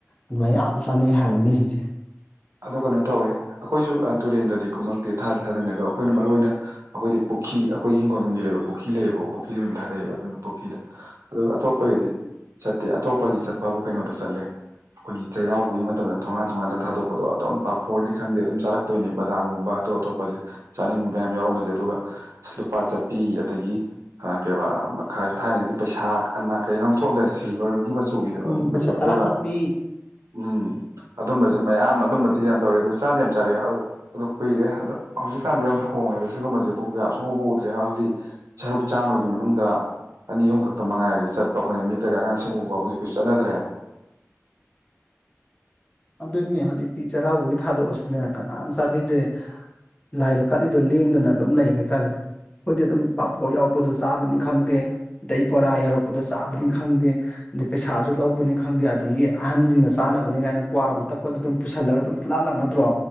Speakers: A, on the left; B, on the right.
A: ꯑꯗꯨꯃꯥꯏꯟ ꯌꯥꯝ ꯆꯥꯟꯅꯩ ꯍꯥꯏꯕ ꯃꯤꯁꯤꯡꯁꯦ
B: ꯑꯗꯣ ꯀꯥꯅꯣ ꯇꯧꯋꯦ ꯑꯩꯈꯣꯏꯖꯨ ꯑ ꯇꯨꯔꯦꯟꯗꯗꯤ ꯈꯨꯃꯛꯇꯦ ꯊꯥꯗꯤ ꯊꯥꯗꯅꯗ꯭ꯔꯣ ꯑꯩꯈꯣꯏꯅ ꯃꯔꯨꯑꯣꯏ ꯑꯣꯏꯅ ꯑꯈꯣꯏꯗꯤ ꯄꯨꯛꯈꯤ ꯑꯩꯈꯣꯏ ꯍꯤꯡꯒꯣꯜꯅꯨꯡꯒꯤ ꯂꯩꯕ ꯄꯨꯈꯤ ꯂꯩꯌꯦꯕꯣ ꯄꯨꯈꯤꯗ ꯑꯣꯏꯅ ꯊꯥꯗꯩꯑꯕ ꯑꯗꯨꯅ ꯄꯨꯈꯤꯗ ꯑꯗꯨꯒ ꯑꯇꯣꯞꯄꯒꯤꯗꯤ ꯆꯠꯇꯦ ꯑꯇꯣꯞꯄꯒꯤ ꯆꯠꯄꯕꯨ ꯀꯩꯅꯣꯗ ꯆꯠꯂꯦ ꯑꯩꯈꯣꯏꯒꯤ ꯆꯩꯔꯥꯎꯕꯒꯤ ꯃꯇꯝꯗ ꯊꯣꯒꯥꯟ ꯊꯣꯒꯥꯟꯗ ꯊꯥꯗꯣꯛꯄ ꯄꯣꯗꯣ ꯑꯗꯨꯝ ꯄꯥꯐꯣꯔꯅꯤ ꯈꯪꯗꯦ ꯑꯗꯨꯝ ꯆꯥꯔꯛꯇꯣꯏꯅꯤ ꯕꯗꯥꯝꯒꯨꯝꯕ ꯑꯇꯣꯞ ꯑꯇꯣꯞꯄꯖꯦ ꯆꯥꯅꯤꯡꯕꯌꯥꯝ ꯌꯥꯎꯔꯝꯕꯖꯦ ꯑꯗꯨꯒ ꯏꯁ ꯂꯨꯄꯥ ꯆꯥꯠꯄꯤ ꯑꯗꯒꯤ ꯑ ꯀꯩꯕ ꯑ ꯃꯈꯥ ꯊꯥꯏꯅꯒꯤꯗꯤ ꯄꯩꯁꯥ ꯑꯅꯥ ꯀꯩꯅꯣꯝ ꯊꯣꯛꯑꯝꯗꯔꯗꯤ ꯁꯤꯜ ꯕꯔꯒꯤ ꯃꯆꯨꯒꯤꯗꯣ
A: ꯎꯝ
B: ꯑꯗꯨꯝꯕꯖꯨ
A: ꯄꯩꯁꯥ
B: ꯑꯗꯨꯒ
A: ꯇꯔꯥ ꯆꯠꯄꯤ
B: ꯎꯝ ꯑꯗꯨꯝꯕꯖꯦ ꯃꯌꯥꯝ ꯑꯗꯨꯝꯕꯗꯤ ꯌꯥꯝ ꯇꯧꯔꯛꯑꯦ ꯑꯗꯣ ꯆꯥꯗꯤ ꯌꯥꯝ ꯆꯥꯔꯦ ꯑꯗꯨꯗꯣ ꯑꯗꯣ ꯀꯨꯏꯔꯦ ꯑꯗꯣ ꯍꯧꯖꯤꯛꯀꯥꯟꯗꯤ ꯌꯥꯝ ꯍꯣꯡꯉꯦꯗ ꯁꯤꯒꯨꯝꯕꯖꯦ ꯄꯨꯀꯌꯥ ꯁꯨꯡꯎꯕ ꯎꯗ꯭ꯔꯦ ꯍꯧꯖꯤꯛ ꯁꯔꯨꯛ ꯆꯥꯝꯃꯒꯤ ꯃꯅꯨꯡꯗ ꯑꯅꯤ ꯑꯍꯨꯝ ꯈꯛꯇ ꯃꯉꯥꯏꯔꯦ ꯆꯠꯄ ꯑꯩꯈꯣꯏꯅ ꯃꯤꯠꯇꯒ ꯑꯉꯥꯡꯁꯤꯡ ꯎꯕ ꯍꯧꯖꯤꯛꯀꯩꯁꯨ ꯆꯠꯗ꯭ꯔꯦ ꯍꯥꯏꯕ
A: ꯑꯗꯨꯅꯤ ꯍꯧꯖꯤꯛꯇꯤ ꯆꯩꯔꯥꯎꯕꯒꯤ ꯊꯥꯗꯣꯛꯑꯁꯨꯅꯦ ꯀꯅꯥꯝ ꯆꯥꯕꯤꯗ꯭ꯔꯦ ꯂꯥꯏꯗ ꯀꯠꯂꯤꯗꯣ ꯂꯦꯡꯗꯅ ꯑꯗꯨꯝ ꯂꯩ ꯍꯥꯏꯇꯥꯔꯦ ꯑꯩꯈꯣꯏꯗꯤ ꯑꯗꯨꯝ ꯄꯥꯐꯣꯔ ꯌꯥꯎꯔꯛꯄꯗꯣ ꯆꯥꯕꯅꯤ ꯈꯪꯗꯦ ꯑꯗꯩ ꯕꯣꯔꯥ ꯌꯥꯎꯔꯛꯄꯗꯣ ꯆꯥꯕꯅꯤ ꯈꯪꯗꯦ ꯑꯗꯩ ꯄꯩꯁꯥꯖꯨ ꯂꯧꯕꯅꯤ ꯈꯪꯗꯦ ꯑꯗꯒꯤ ꯑꯍꯟꯖꯤꯡꯅ ꯆꯥꯅꯕꯅꯦ ꯀꯥꯏꯅ ꯀ꯭ꯋꯥ ꯃꯇꯞꯀꯗꯣ ꯑꯗꯨꯝ ꯄꯨꯁꯜꯂꯒ ꯑꯗꯨꯝ ꯄꯨꯂꯥ ꯂꯥꯛꯅꯗ꯭ꯔꯣ